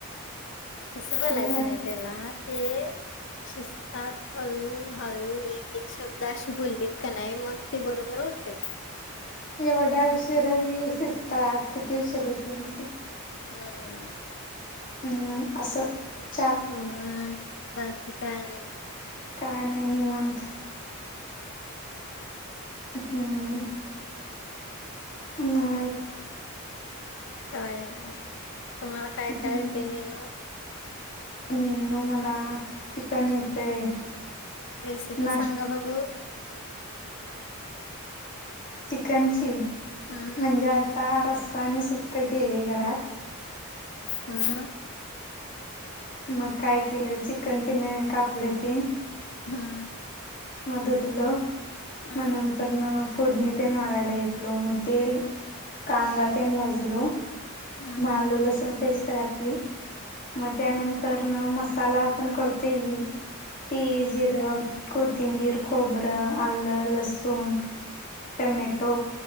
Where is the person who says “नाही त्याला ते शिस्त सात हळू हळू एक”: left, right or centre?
Left